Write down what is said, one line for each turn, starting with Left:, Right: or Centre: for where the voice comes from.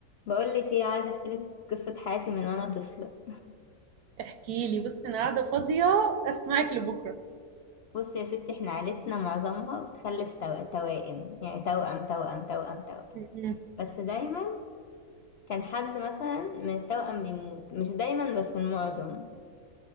Left: بقول لك ايه عايزه احكي لك قصه حياتي من وانا طفله
Right: احكي لي بصي انا قاعده فاضيه اسمعك لبكره
Left: بص يا ستي احنا عيلتنا معظمها بتخلف تو- توائم يعني توأم توأم توأم توأم
Right: م-م.
Left: بس دايما كان حد مثلا من التوأم بيموت مش دايما بس المعظم